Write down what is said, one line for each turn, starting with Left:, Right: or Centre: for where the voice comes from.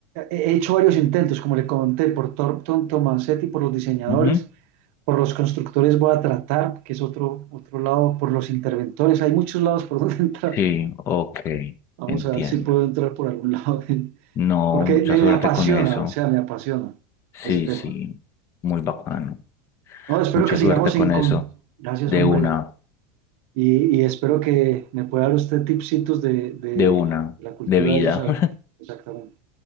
Right: He hecho varios intentos, como le conté, por Thornton Tomasetti, por los diseñadores,
Left: Ujú.
Right: por los constructores voy a tratar, que es otro, otro lado, por los interventores, hay muchos lados por <laughs> donde entrar.
Left: Sí, ok,
Right: Vamos
Left: entiendo.
Right: a ver si puedo entrar por algún lado, <laughs> de,
Left: No,
Right: porque
Left: mucha
Right: me,
Left: suerte
Right: me apasiona,
Left: con eso.
Right: o sea, me apasiona
Left: Sí,
Right: ese tema.
Left: sí, muy bacano.
Right: No, espero
Left: Mucha
Right: que sigamos
Left: suerte con
Right: en...
Left: eso.
Right: Con... Gracias,
Left: De
Right: hombre.
Left: una,
Right: Y, y espero que me pueda dar usted tipsitos de, de
Left: de una,
Right: la cultura
Left: de vida,
Right: de ellos, a
Left: <laughs>
Right: ver, exactamente.